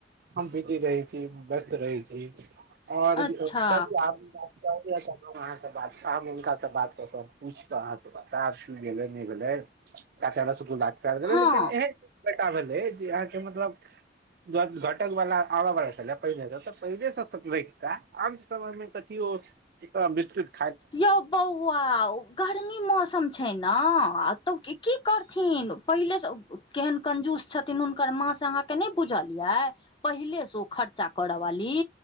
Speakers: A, on the right (about 55°); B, on the left (about 25°).
A: हम बिजी रहै छी व्यस्त रहै छी और <unintelligible>
B: अच्छा
A: अहाँ से बातब हुनका से बात कऽ कऽ पूइछ कऽ अहाँ से बतेआब से कि भेलै नै भेलै। अचानक सुकु ल पल गेलै
B: हँ
A: लेकिन एहन बेटा भेलै जे अहाँके मतलब जौ घटक वला आबऽ बला छलै पहिले सँ, तऽ पहिले सँ तकबैताऽ। आन समय मे कथियो, एकटा विस्तृत
B: यौ बौआ ओ गर्मी मौसम छैन हाॅं त की की करथिन? पहिले स ओ केहन कंजूस छतहिन उनकर माँ से अहां त नैय बुझलियै? पहिलेसँ ओ खर्चा करऽवाली,